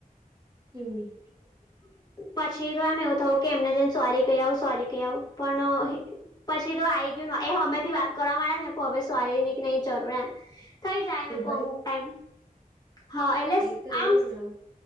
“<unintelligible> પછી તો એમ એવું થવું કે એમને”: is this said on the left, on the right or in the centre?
Left